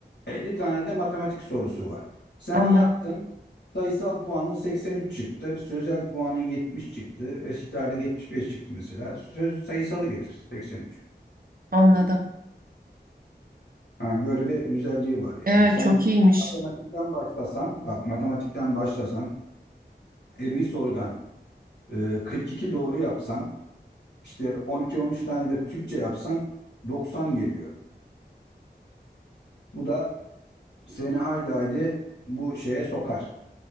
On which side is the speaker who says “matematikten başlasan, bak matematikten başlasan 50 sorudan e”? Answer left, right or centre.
Left